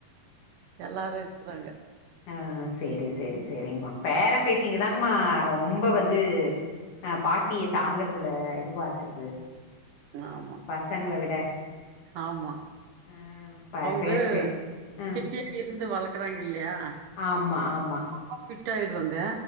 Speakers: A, on the right (about 75°); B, on the left (about 65°).
A: எல்லாரு இருக்குறாங்க
B: அ சேரி சேரி சேரிங்கமா பேர பேத்திங்க தாங்மா ரொம்ப வந்து ஆ பாட்டிய தாங்குறதுல இதுவாருக்கறது
A: ஆமா
B: ஆ பசங்ள விட
A: ஆமா
B: ஆ ப
A: அவுங்க
B: பேரம் பேத்தி ஆ
A: கிட்டயே இருந்து வளக்குறாங்க இல்லியா
B: ஆமா ஆமா
A: ரொம்ப ஃபிட் ஆய்டுவாங்க